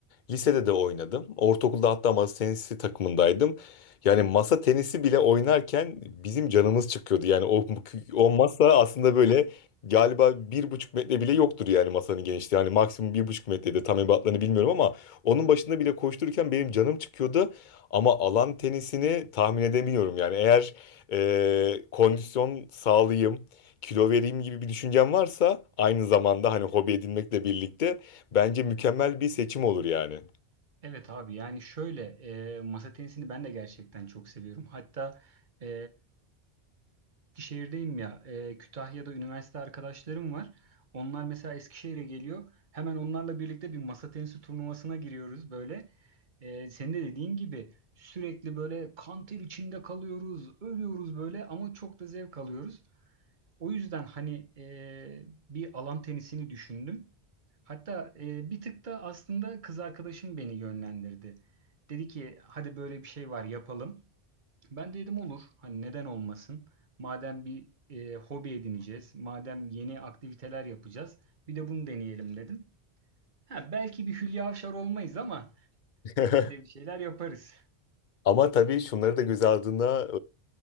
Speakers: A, on the left (about 55°); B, on the right (about 50°).
A: Lisede de oynadım. Ortaokulda hatta masa tenisi takımındaydım. Yani masa tenisi bile oynarken bizim canımız çıkıyordu. Yani o, o masa aslında böyle galiba bir buçuk metre bile yoktur yani masanın genişliği. Yani maksimum bir buçuk metrede tam ebatlarını bilmiyorum ama onun başında bile koştururken benim canım çıkıyordu. Ama alan tenisini tahmin edemiyorum yani eğer e, kondisyon sağlayayım, kilo vereyim gibi bir düşüncen varsa aynı zamanda hani hobi edinmekle birlikte bence mükemmel bir seçim olur yani.
B: Evet abi yani şöyle e, masa tenisini ben de gerçekten çok seviyorum. Hatta e, Eskişehir'deyim ya e, Kütahya'da üniversite arkadaşlarım var. Onlar mesela Eskişehir'e geliyor. Hemen onlarla birlikte bir masa tenisi turnuvasına giriyoruz böyle. E, senin de dediğin gibi sürekli böyle kan ter içinde kalıyoruz, ölüyoruz böyle ama çok da zevk alıyoruz. O yüzden hani e, bir alan tenisini düşündüm. Hatta e, bir tık da aslında kız arkadaşım beni yönlendirdi. Dedi ki hadi böyle bir şey var yapalım. Ben de dedim olur. Hani neden olmasın? Madem bir e, hobi edineceğiz, madem yeni aktiviteler yapacağız, bir de bunu deneyelim dedim. Ha, belki bir Hülya Avşar olmayız ama
A: <laughs>
B: biz de bir şeyler yaparız.
A: Ama tabii şunları da göz ardına